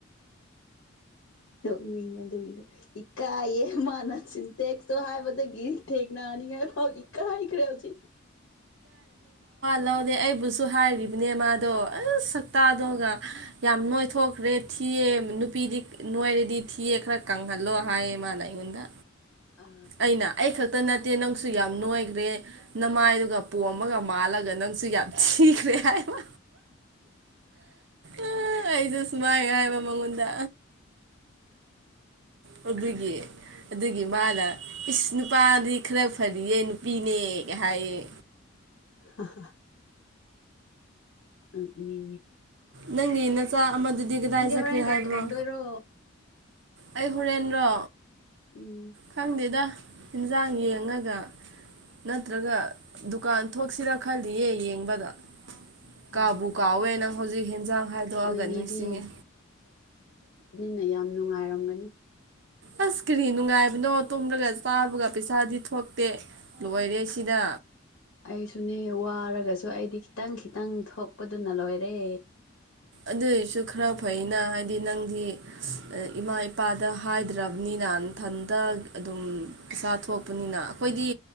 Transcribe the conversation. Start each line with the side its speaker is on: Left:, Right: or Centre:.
Left: ꯅꯣꯛꯅꯤꯡꯉ ꯑꯗꯨ ꯃꯤꯗ ꯏꯀꯥꯏꯌꯦ ꯃꯥꯅ ꯆꯤꯟꯇꯦꯛ ꯍꯥꯏꯕ ꯑꯗ ꯒꯤ ꯊꯦꯡꯀꯅꯅꯤ ꯍꯥꯏ ꯄꯥꯎ ꯏꯥ ꯍꯥ ꯏꯔꯦ ꯎꯆꯁꯤ
Right: ꯍꯂꯧꯅꯦ ꯑꯩꯕꯨꯁꯨ ꯍꯥꯏꯔꯤꯕꯅꯦ ꯃꯥꯗꯣ ꯑꯁ ꯁꯛꯛꯇꯇꯥꯗꯣꯒ ꯌꯥꯝ ꯅꯣꯏꯊꯣꯛꯈ꯭ꯔꯦ ꯊꯤꯌꯦ ꯅꯨꯄꯤꯗꯤ ꯅꯣꯏꯔꯗꯤ ꯊꯤꯌꯦ ꯈꯔ ꯀꯪꯍꯜꯂꯣ ꯍꯥꯏ ꯃꯥ ꯂꯩ ꯑꯩꯉꯣꯟꯗ
Left: ꯑꯥ
Right: ꯑꯩꯅ ꯑꯩ ꯈꯛꯇ ꯅꯠꯇ ꯅꯠꯇꯦ ꯅꯪꯁꯨ ꯌꯥꯝ ꯅꯣꯏꯈ꯭ꯔꯦ ꯅꯃꯥꯏꯗꯨꯒ ꯄꯣꯝꯃꯒ ꯃꯥꯜꯂꯒ ꯅꯪꯁꯨ ꯌꯥꯝ ꯊꯤꯈ꯭ꯔꯦ ꯍꯥꯏꯕ ꯑ ꯑꯩꯁꯨ ꯁꯃꯥꯏꯒ ꯃꯉꯣꯟꯗ ꯍꯧꯒꯤ ꯑꯗꯨꯗꯒꯤ ꯃꯥꯅ ꯏꯁ ꯅꯨꯄꯥꯗꯤ ꯈꯔ ꯐꯔꯤꯑ ꯅꯨꯄꯤꯅꯦ ꯍꯥꯏꯌꯦ
Left: ꯍ ꯎ ꯃꯤ
Right: ꯅꯪꯒꯤ ꯅꯆꯥ ꯑꯃꯗꯨꯗꯤ ꯀꯗꯥꯏ ꯆꯠꯈ꯭ꯔꯦ
Left: ꯍꯣꯔꯦꯟ
Right: ꯍꯥꯏꯕ꯭ꯔꯣ
Left: ꯀꯩ ꯊꯣꯡꯗꯣꯏꯔꯣ
Right: ꯑꯩ ꯍꯨꯔꯦꯟꯗ꯭ꯔꯣ
Left: ꯎꯝ
Right: ꯈꯪꯗꯦꯗ ꯌꯦꯟꯖꯥꯡ ꯌꯦꯡꯉꯒ ꯅꯠꯇ꯭ꯔꯒ ꯗꯨꯀꯥꯟ ꯊꯣꯛꯁꯤꯔꯥ ꯈꯜꯗꯤꯌꯦ ꯌꯦꯡꯕꯗ ꯀꯥꯕꯨ
Left: ꯎꯝ
Right: ꯀꯥꯎꯋꯦ ꯅꯪ ꯍꯧꯖꯤꯛ ꯍꯦꯟꯖꯥꯡ ꯍꯥꯏꯥꯏꯗꯣꯛꯑꯒ
Left: ꯅꯣꯏꯅꯤꯗꯤ
Right: ꯅꯤꯡꯁꯤꯡꯉꯦ
Left: ꯑꯩꯅ ꯌꯥꯝ ꯅꯨꯡꯉꯥꯏꯔꯝꯒꯅꯤ
Right: ꯑ ꯁꯀ꯭ꯔꯤꯟꯅꯨꯡꯥꯏ ꯃꯤꯅꯣ ꯇꯨꯝꯂꯒ ꯆꯥꯕꯒ ꯄꯩꯁꯥꯗꯤ ꯊꯣꯛꯇꯦ ꯂꯣꯏꯔꯦ ꯁꯤꯅ
Left: ꯑꯩꯁꯨꯅꯦ ꯋꯥꯔꯒꯁꯨ ꯑꯩꯗꯤ ꯈꯤꯇꯪ ꯈꯤꯇꯪ ꯊꯣꯛꯄꯗꯨꯅ ꯂꯣꯏꯔꯦ
Right: ꯑꯗꯨꯏꯁꯨ ꯈꯔ ꯐꯩꯅ ꯍꯥꯏꯗꯤ ꯅꯪꯗꯤ ꯏꯃꯥ ꯏꯄꯥꯗ ꯍꯥꯏꯗ꯭ꯔꯕꯅꯤꯅ ꯏꯊꯟꯇ ꯑꯗꯨꯝ ꯄꯩꯁꯥ ꯊꯣꯛꯄꯅꯤꯅ ꯑꯩꯈꯣꯏꯗꯤ